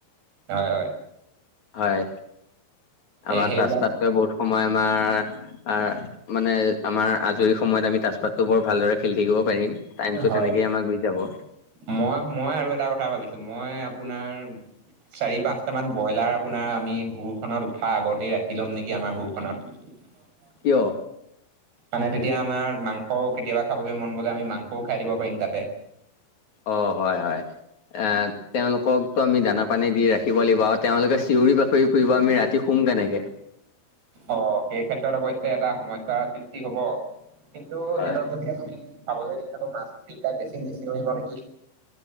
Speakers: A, on the right; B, on the left.
A: হয় হয়।
B: হয় আমাৰ
A: এ সেইবিলাক
B: তাজপাতটোয়ে বহুত সময় আমাৰ আ মানে আমাৰ আজৰি সময়ত আমি তাজপাতটো বৰ ভালদৰে খেলি থাকিব পাৰিম। টাইমটো
A: হয়
B: তেনেকেই আমাৰ গুচি যাব।
A: মই মই আৰু এটা কথা ভাবিছোঁ মই আপোনাৰ চাৰি পাঁচটামান ব্ৰইলাৰ আপোনাৰ আমি ভুৰখনত উঠা আগতেই ৰাখি ল'ম নেকি আমাৰ ভুৰখনত। <inaudible>
B: কিয়?
A: মানে তেতিয়া আমাৰ মাংস কেতিয়াবা খাবলৈ মন গ'লে আমি মাংসও খাই দিব পাৰিম তাতে।
B: অ' হয় হয় এ তেওঁলোকক ত' আমি দানা পানী দি ৰাখিব লাগিব, আৰু তেওঁলোকে চিঞৰি বাকৰি ফুৰিব, আমি ৰাতি শুম কেনেকে?
A: অ' সেই ক্ষেত্ৰত অৱেশ্যে এটা সমস্যাৰ সৃষ্টি হ'ব। কিন্তু
B: হয়
A: সিহঁতক যদি আমি খাবলৈ দি আকৌ মাছ বিলাক বেছি নিচিঞৰিব নেকি।